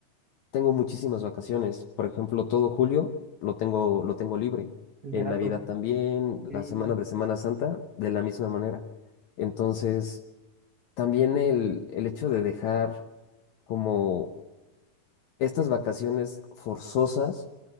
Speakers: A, on the left; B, on the right.
A: tengo muchísimas vacaciones. Por ejemplo, todo julio lo tengo, lo tengo libre.
B: El
A: En
B: verano.
A: Navidad también,
B: Sí,
A: la semana de Semana Santa, de la misma manera. Entonces, también el, el hecho de dejar como estas vacaciones forzosas,